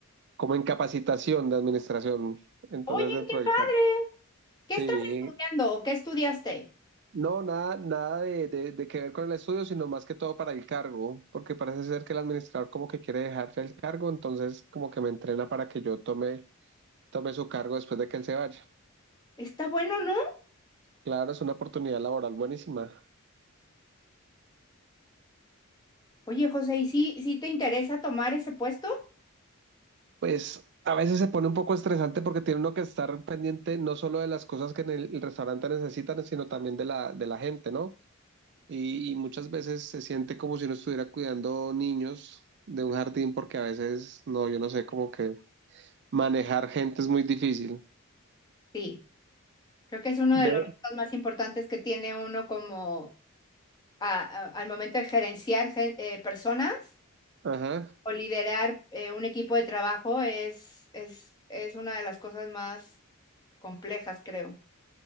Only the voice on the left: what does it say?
Oye,
qué
padre.
¿Qué
estás estudiando o qué estudiaste?
Está bueno, ¿no?
Oye, José, ¿y sí, sí te interesa tomar ese puesto?
Sí, creo que es uno
de los retos más importantes que tiene uno como a- a- al momento de gerenciar gen- eh, personas
o liderar eh, un equipo de trabajo es, es, es una de las cosas más complejas, creo.